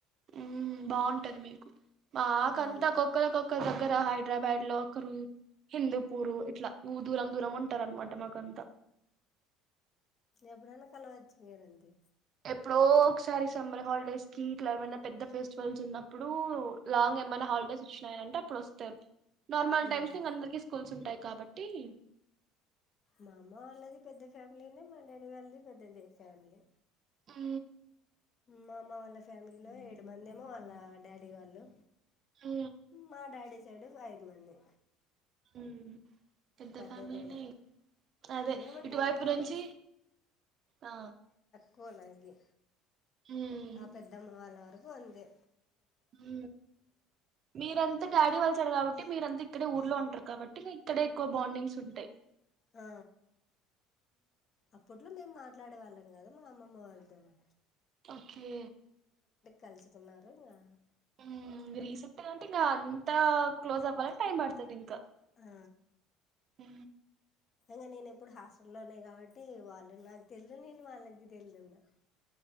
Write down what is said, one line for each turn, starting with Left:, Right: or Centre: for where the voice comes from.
Right: హు ఆ బాగుంటది మీకు మా ఆకంతా
Left: ఆ!
Right: ఒకక్కరికొక్కరు దగ్గర హై హైదరాబాద్ లో ఒకరు హిందూపూర్ ఇట్లా దూరం దూరం ఉంటారు అనమాట మాకు అంత
Left: ఎప్పుడయినా కలవచ్చు కదండి.
Right: ఎప్పుడో ఒకసారి సమ్మర్ హాలిడేస్ కి ట్లా ఏమన్న పెద్ద ఫెస్టివల్స్ ఉన్నప్పుడు లాంగ్ ఏమైనా హాలిడేస్ అంటే అప్పుడు వస్తారు నార్మల్
Left: హ్మ్.
Right: టైమ్స్ కి ఇంకా అందరికి స్కూల్స్ ఉంటాయి కాబట్టి టీ
Left: మా అమ్మ వాళ్ళది పెద్ద ఫ్యామిలీనే మ డాడీ వాళ్ళది పెద్దదే ఫ్యామిలీ
Right: హు
Left: మా అమ్మ వాళ్ళ ఫ్యామిలీలో ఏడు మంది ఏమో వాళ్ళ డాడీ వాళ్ళు
Right: ఊ
Left: మా డాడీ సైడ్ ఐదు మంది
Right: ఉ పెద్ద
Left: పెద్దదేమో
Right: ఫ్యామిలీనే అదే
Left: ఏమంటే
Right: ఇటువైపు
Left: మమ్మీ
Right: నుంచి ఆ
Left: కొలాగే
Right: మ్మ్
Left: ఆ పెద్దమ్మ వాళ్లు అరు వందే
Right: హు మీరంతా డాడీ వాళ్ళసైడ్ కాబట్టి అంటే మీరంతా ఇక్కడే ఊర్లో ఉంటారు కాబట్టి మీ ఇక్కడే ఎక్కువ బొండింగ్స్ ఉంటాయి
Left: ఆ అప్పుట్లో మేము మాట్లాడే వాళ్ళం కదా మా అమ్మ వాళ్ళతోని
Right: ఓకే
Left: కలుసుకున్నారు ఆ
Right: ఊ రీసెంట్గా అంటే ఇంగ అంతా క్లోజ అవలంటే టైమ్ పడతది ఇంకా
Left: ఆ
Right: ఊ
Left: ఇంకా నేను ఎప్పుడు హాస్ట లోనే కాబట్టి వాళ్ళు నాకు తెలిదు నేను వాళ్ళకి తెలిదుందా